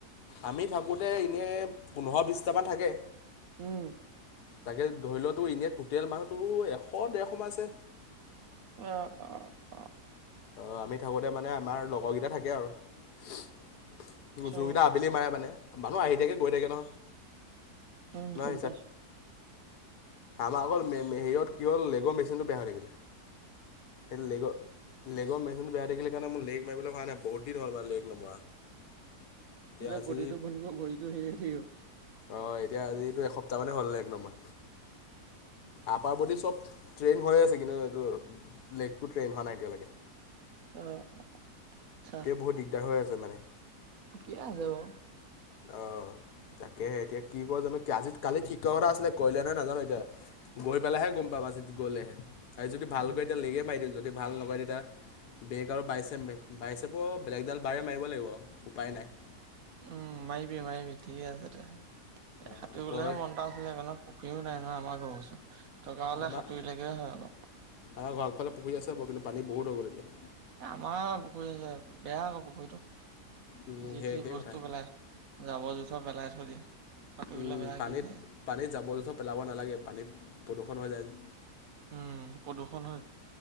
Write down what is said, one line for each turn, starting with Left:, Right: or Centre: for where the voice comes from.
Left: আমি থাক আগতে এনেই পোন্ধৰ বিছটামান থাকে।
Right: উম।
Left: তাকে ধৰি লোৱাতো এনে টুটেল মানুহটো এশ ডেৰশ মান আছে।
Right: অহ অহ অহ
Left: অ' আমি থাকোতে মানে আমাৰ লগৰকেইটা থাকে আৰু
Right: আচ্ছা
Left: ওজো কেইটা আবেলি মাৰে মানে মানুহ আহি থাকে, গৈ থাকে নহয়।
Right: উম,
Left: নাই
Right: গম পাইছোঁ।
Left: <unintelligible> হেৰিঅ'ত কি হ'ল, লেগৰ মেচিনটো বেয়া হৈ থাকিলে। সেই লেগৰ লেগৰ মেচিনটো বেয়া হৈ থাকিলে কাৰণে মোৰ লেগ মাৰিবলে হোৱা নাই, বহুত দিন হ'ল মানে লেগ নমৰা। এতিয়া
Right: <unintelligible>
Left: আজি
Right: বডীটো বনিব, ভৰিটো হেৰি হৈ থাকিব।
Left: অ' এতিয়া আজিতো এসপ্তাহ মানে হ'ল লেগ নমৰা। আপাৰ বডী
Right: ঠিক
Left: চব। ট্ৰেইন হৈয়ে আছে কিন্তু এইটো লেগটো ট্ৰেইন হোৱা নাই এতিয়ালেকে।
Right: আহ, আচ্ছা
Left: বহুত দিগদাৰ হৈ আছে মানে
Right: ঠিকে আছে বাও।
Left: অ' তাকেহে, এতিয়া কি কৰে জানো। আজিত কালি ঠিক কথা আছিলে, কৰিলে নে নাজানো এতিয়া? গৈ পেলাইহে গম পাবা আজিত গ'লেহে। আজি যদি ভাল
Right: উম।
Left: কৰি দিয়ে লেগে মাৰি দিম, যদি ভাল নকৰে তেতিয়া। বেক আৰু বাইছেপ মাৰিম, বাইচেপৰ বেলেগডাল বাৰে মাৰিব লাগিব আৰু উপায় নাই।
Right: উম, মাৰিবি মাৰিবি ঠিকে আছে দে। এ
Left: অ',
Right: সাঁতুৰিবলৈহে
Left: তই
Right: মন এটা আছিলেগে ন'। পুখুৰীও নাই নহয় আমাৰ ঘৰৰ ওচৰত। থকা হলে
Left: আমাৰ
Right: সাঁতুৰিলেগে হয় অলপ।
Left: আমাৰ ঘৰৰ আগফালে পুখুৰী আছো বাৰু, কিন্তু পানী বহুত হৈ গ'ল এতিয়া।
Right: এ আমাৰ পুখুৰী আছে, বেয়া আকৌ পুখুৰীটো।
Left: উম,
Right: যি
Left: সেই
Right: তি
Left: একেই
Right: বস্তু
Left: কথা।
Right: পেলাই, যাবৰ জোথ ত' পেলাই থৈ দিয়ে। <unintelligible>
Left: উম,
Right: বেয়া
Left: পানীত
Right: ঘিণ লাগে।
Left: পানীত জাবৰ জোথৰ পেলাব নালাগে, পানীত প্ৰদূষণ হৈ যায় যে।
Right: উম, প্ৰদূষণ হয়।